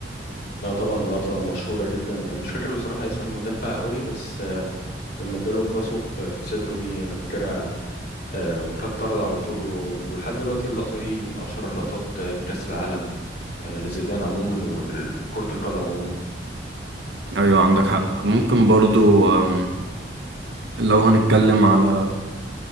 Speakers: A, on the left; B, on the right.
A: لا طبعا لقطة مشهورة جدا مش فاكر بصراحة اسم المدافع قوي بس آه، لما اداله براسه في في صدره دي أنا فاكرها آه، وخد طرد على طول و- ولحد دلوقتي اللقطة دي من أشهر اللقطات آه، في كأس العالم آه، لزيدان عموما وكرة القدم عموما
B: ايوه عندك حق ممكن برضو أم، لو هنتكلم على